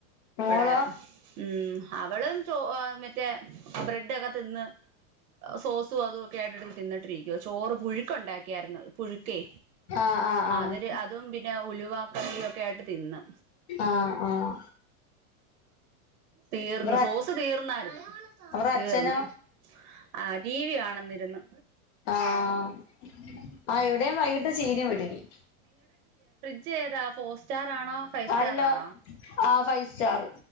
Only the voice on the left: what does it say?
മോളോ
ആഹ് ആഹ് ആഹ്
ആഹ് ആഹ്
അവറെ
അവറെ
അച്ഛനോ
ആഹ് ആഹ് എവിടെയും വൈകിട്ട് ചീരി വിട്ങ്ങി
അല്ല
ആഹ് ഫൈവ് സ്റ്റാർ